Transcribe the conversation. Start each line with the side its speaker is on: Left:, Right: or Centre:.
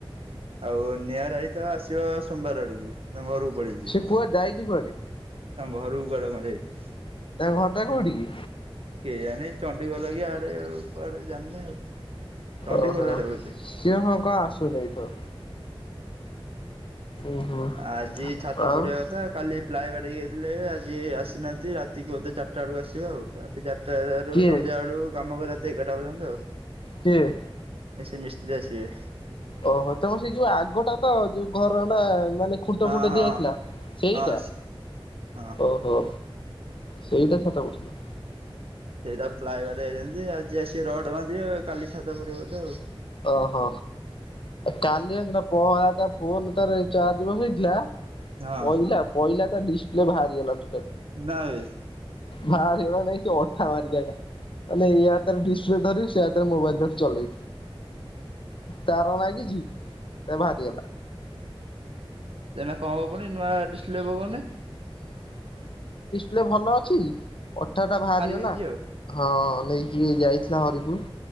Right: ଆଉ ନିଆଁରାଇତା ଆସିବ ସୋମବାର ଆଡକୁ। ତାଙ୍କ ଘରକୁ ପଳେଇଚି।
Left: ସେ
Right: ତାଙ୍କ
Left: କୁଆଡେ ଯାଇଛି କୁଆଡେ
Right: ଘରକୁ କୁଆଡେ କଣ ଯାଇଚି।
Left: ତମ ଘରଟା କୋଉଠିକି?
Right: କେଜାଣି ଚଣ୍ଡିଖୋଲ କି ଆଡେ କୁଆଡେ ଜାଣିନି ଆଉ। ଚଣ୍ଡିଖୋଲ
Left: ଓହୋ
Right: ଆଡେ ବୋଧେ
Left: ସିଏ ହଁ କଣ ଆସୁ ନେଇ ତ। ଉଁ ହୁଁ
Right: ଆଜି ଛାତ
Left: ଆଉ
Right: ପଡିବା କଥା କାଲି ପ୍ଲାାଇ ବାଡେଇକି ଯାଇଥିଲେ ଆ ଜି ଆସିନାହାନ୍ତି ରାତିକୁ ବୋଧେ ଚାରିଟା ବେଳକୁ ଆସିବେ ଆଉ। ରାତି ଚାର ତାରୁ
Left: କିଏ
Right: ସନ୍ଧ୍ୟା ବେଳୁ କାମ କରା ଏଗାର ଟା ପର୍ଯ୍ୟନ୍ତ।
Left: କିଏ?
Right: ଏ ସେ ମିସ୍ତ୍ରୀ ଆସିବେ।
Left: ଓହୋ ତୁମର ସେଇ ଯଉ ଆଗଟା ତ ଯଉ ଘର ନା ମାନେ ଖୁଣ୍ଟ
Right: ହଁ
Left: ଫୁଣ୍ଟ
Right: ହଁ
Left: ଦିଆଯାଇଥିଲା। ସେଇଟା
Right: ହଁ ହଁ
Left: ଓହୋ। ସେଇଟା ଛାତ ପଡ଼ଥିଲା।
Right: ସେଟା ପ୍ଲାଏର ଦେଇଚନ୍ତି, ଆଜି ଆସିବେ ରଡ ବାନ୍ଧିବେ କାଲି ଛାତ ପଡିବ ବୋଧେ ଆଉ।
Left: ଓହୋ। କାଲି ଜାଣଛୁନା ପହଲା ତା ଫୋନଟା ତାର ଚାର୍ଜ ବସେଇଥିଲା
Right: ହଁ
Left: ପଇଲା ପଇଲା ତା ଡିସପ୍ଲେ ବାହାରିଗଲା ଟୁ ଟ
Right: ନା ବେ
Left: ଭାରିବ । ନେଇକି ଅଠା ମାରିକି ଆଇଲା । ମାନେ ଏ ହାତରେ ଡିସପ୍ଲେ ଧରିବୁ ସେ ହାତ ରେ ମୋବାଇଲ ଧରି ଚଲେେଇ ତାର ନାଗିଚି? ଏ ବାହାରିଗଲା।
Right: ସେନା କଣ ହବ ପୁଣି ନୂଆ ଡିସପ୍ଲେ ପକୋଉନି।
Left: ଲେ ଭଲ ଅଚି? ଅଠାଟା ବାହାରିଗଲା।
Right: ଯାଇଛି ଆଉ
Left: ହଁ ନେଇକି ଯାଇଥିଲା ହରିପୁର।